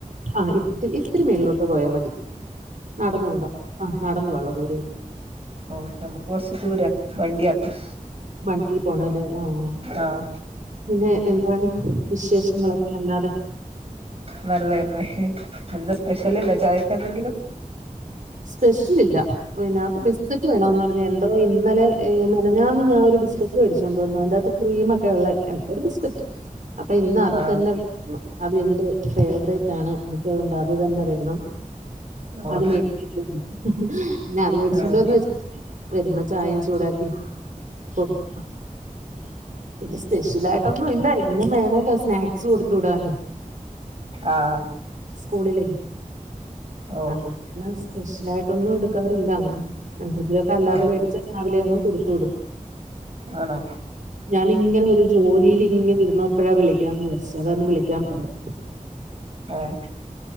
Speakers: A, on the right; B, on the right.
A: ആഹ് ഇ ഇത്തിരി മേളിലോട്ട് പോയാൽ മതി നടന്നുകൊണ്ട ആഹ് നടന്ന വള്ള ദൂരേ ഉള്ള
B: ഓഹ് നമുക്ക് കൊറച്ച് ദൂര വണ്ടിയക്കും
A: വണ്ടിക്ക് പോണം അല്ലേ ആഹ്
B: ആഹ്
A: പിന്നെ എന്താണ് വിശേഷങ്ങളൊക്കെ അല്ലാതെ
B: നല്ലതന്നെ എന്താ സ്പെഷ്യല കട്ടൻ ചായക്ക എന്തെങ്കിലും
A: സ്പെഷ്യൽ ഇല്ല പിന്നെ ബിസ്ക്കറ്റ് വേണമെന്ന് പറഞ്ഞു പിന്നെ എന്തോ ഇന്നലെ മിനിഞ്ഞാന്ന് ഞാൻ ഒരു ബിസ്ക്കറ്റ് മേടിച്ചുകൊണ്ട വന്ന അതിന്റെ അകത്തു ക്രീമൊക്കെ ഉള്ള എന്ത ഒരു ബിസ്കക്കറ്റ്
B: <inaudible>
A: അപ്പൊ ഇന്ന് അത്
B: ആഹ്
A: തന്നെ വേണം അത് എന്റെ ഫേവറേറ്റ് ആണ് എനി ക്കതുകൊണ്ട് അത് തന്നെ വേണം
B: ഓ
A: അത് മേടിച്ച പിന്നെ അത് മേടിച്ചുണ്ടോന്ന്
B: ആഹ്
A: വെ വരുമ്പോ ചായയും ചൂടാക്കി കൊടുത് സ്പെഷ്യല ആായിട്ടൊന്നും ഇല്ല എന്നും വേണല്ലോ സ്നാക്സ് കൊടുത്ത വിടും
B: ആഹ്
A: സ്കൂളിൽ
B: ഓ
A: അത സ്പെഷ്യല ആയിട്ടൊന്നും എടുക്കാറില്ല അങ്ങനെ എന്തൊക്കെ അല്ലാതെ
B: ആഹ്
A: പേടിച്ച ാവിലെ ഒന്ന് കൊടുത്തു വിടും
B: ആണോ
A: ഞാനിങ്ങനെ ഒരു ജോലിൽ ഇങ്ങനെ ഇരുന്നപ്പോഴാ വിളിക്കാന്ന് വിചാരിച്ച അതാന്ന് വിളിക്കാൻ പറഞ്ഞു
B: ആഹ്